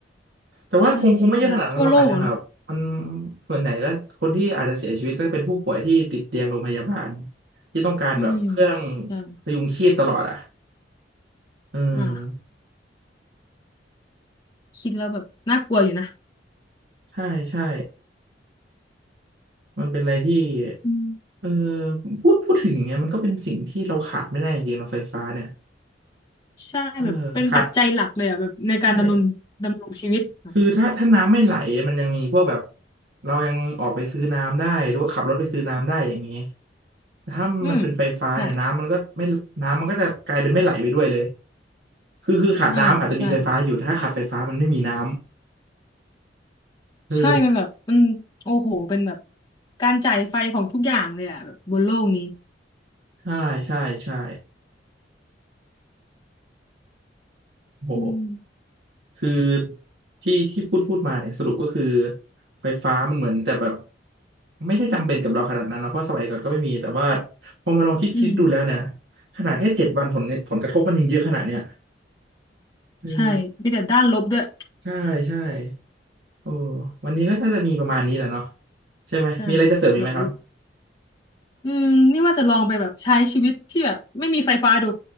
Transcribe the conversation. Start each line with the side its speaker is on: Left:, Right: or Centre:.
Right: แต่ว่าคงคงไม่เยอะขนาดนั้นหรอกอาจจะแบบมัน
Left: ใช่ใช่แบบทั่วโลกอะเนอะ
Right: ส่วนใหญ่ก็คนที่อาจจะเสียชีวิตก็เป็นผู้ป่วยที่ติดเตียงโรงพยาบาลที่ต้องการแบบเครื่อง
Left: อืมใช่
Right: พยุงชีพตลอดอ่ะเออ
Left: อ่าคิดแล้วแบบน่ากลัวอยู่นะ
Right: ใช่ใช่มันเป็นอะไรที่
Left: อืม
Right: เออพูดพูดถึงอย่างเงี้ยมันก็เป็นสิ่งที่เราขาดไม่ได้จริงๆเราไฟฟ้าเนี่ย
Left: ใช่แบบเป็นปัจจัยหลักเลยอ่ะแบบในการดำรงดำรงชีวิตอะ
Right: เออขาดได้ คือถ้าถ้าน้ำไม่ไหลมันยังมีพวกแบบเรายังออกไปซื้อน้ำได้หรือว่าขับรถไปซื้อน้ำได้อย่างนี้แต่ถ้ามันเป็นไฟฟ้าเนี่ยน้ำมันก็ไม่น้ำมันก็จะกลายเป็นไม่ไหลไปด้วยเลย
Left: อืมใช่
Right: คือคือขาดน้ำอาจจะมีไฟฟ้าอยู่ถ้าขาดไฟฟ้ามันไม่มีน้
Left: อ่าใช่
Right: ำเออ
Left: ใช่มันแบบมันโอ้โหเป็นแบบการจ่ายไฟของทุกอย่างเลยอ่ะแบบบนโลกนี้
Right: ใช่ใช่ใช่โห
Left: อืม
Right: คือที่ที่พูดพูดมาเนี่ยสรุปก็คือไฟฟ้ามันเหมือนแต่แบบไม่ได้จำเป็นกับเราขนาดนั้นนะเพราะสมัยก่อนก็ไม่มีแต่ว่าพอมาลองคิดคิดดูแล้วเนี่ย
Left: อืม
Right: ขนาดแค่เจ็ดวันผลผลกระทบมันยังเยอะขนาดเนี้ย เออ
Left: ใช่มีแต่ด้านลบด้วย
Right: ใช่ใช่โอ้วันนี้ก็น่าจะมีประมาณนี้แหละเนาะใช่ไหมมีอะไรจะเสริมอีกไหมครับ
Left: ใช่เดี๋ยวอืมนี่ว่าจะลองไปแบบใช้ชีวิตที่แบบไม่มีไฟฟ้าดู